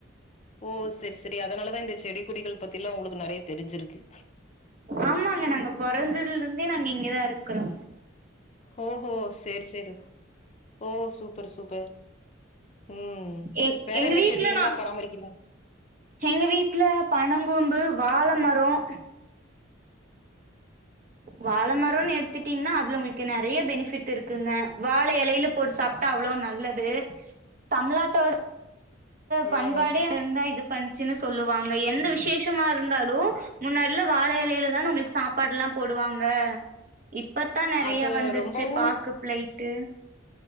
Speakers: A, on the left (about 35°); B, on the right (about 45°).
A: ஓ செரி செரி அதனாலதா இந்த செடி கொடிகள் பத்திலா உனக்கு நெறைய தெரிஞ்சிருக்கு
B: ஆமாங்க நாங்க பொறந்ததுலந்தே நாங்க இங்கதா இருக்குறோ
A: ஓ ஓ செரி செரி ஓ சூப்பரு சூப்பர் ம்
B: எ
A: வேற
B: எங்க
A: என்ன
B: வீட்ல
A: செடிகள்லா
B: நாங்க
A: பராமரிக்கிறிங்க
B: எங்க வீட்ல பனங்கூம்பு வாழ மரோம் வாழ மரோன் எடுத்துட்டீங்ன்னா அதுல உங்ளுக்கு நெறைய பெனிஃபிட் இருக்குங்க வாழ எலையில போட்டு சாப் ட்டா அவ்ளோ நல்லது தமிழ்நாட்டோட பண்பாடே
A: ம்
B: இருந்தா இது பண்ச்சுன்னு சொல்லுவாங்க எந்த விசேஷமா இருந்தாலு முன்னாடில்ல வாழ எலையிலதான உங்ளுக் சாப்பாடுல்லா போடுவாங்க இப்பத்தா நெறைய
A: அது
B: வந்துருச்சு
A: ரொம்பவு
B: பாக்கு பிளைட்டு